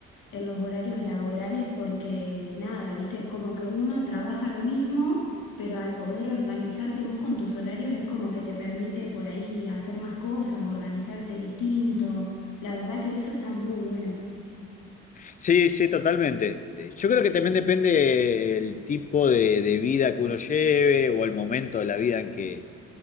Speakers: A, on the left; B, on the left.
A: en los horarios laborales, porque nada, viste, es como que uno trabaja lo mismo, pero al poder organizarte vos con tus horarios es como que te permite por ahí hacer más cosas, organizarte distinto. La verdad que eso está muy bueno.
B: Sí, sí, totalmente. Eh, Yo creo que también depende el tipo de, de vida que uno lleve o el momento de la vida en que,